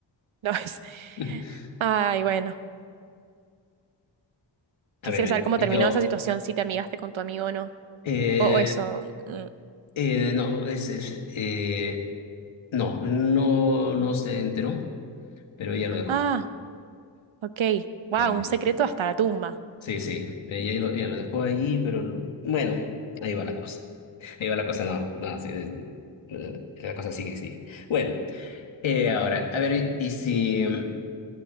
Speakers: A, on the right (about 80°); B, on the left (about 75°).
A: No es.
B: <laughs>
A: Ay, bueno,
B: A
A: quisiera
B: ver,
A: saber cómo
B: eh,
A: terminó
B: yo,
A: esa situación, si te amigaste con tu amigo o no.
B: eh,
A: O, o eso. mm.
B: eh, no, es, es, eh, no, no, no se enteró, pero ella lo dejó,
A: Ah, ok. Wow,
B: pero ella,
A: un secreto hasta la tumba.
B: Sí, sí, ella lo, ella lo dejó ahí, pero lo- bueno, ahí va la cosa. Ahí va la cosa, no, no, sí, sí, eh, la cosa sigue, sigue. Bueno, eh, ahora, a ver, y si, mm,